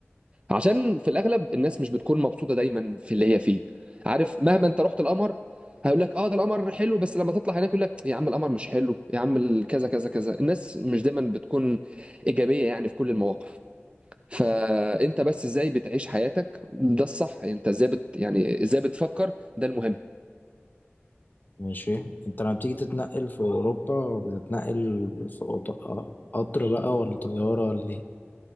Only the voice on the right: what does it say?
عشان في الاغلب الناس مش بتكون مبسوطه دايما في اللي هي فيه عارف مهما انت رحت القمر هيقول لك اه ده القمر حلو بس لما تطلع هناك يقول لك يا عم القمر مش حلو يا عم ال- كذا كذا كذا الناس مش دايما بتكون ايجابيه يعني في كل المواقف فانت بس ازاي بتعيش حياتك ده الصح انت ازاي بت يعني ازاي بتفكر ده المهم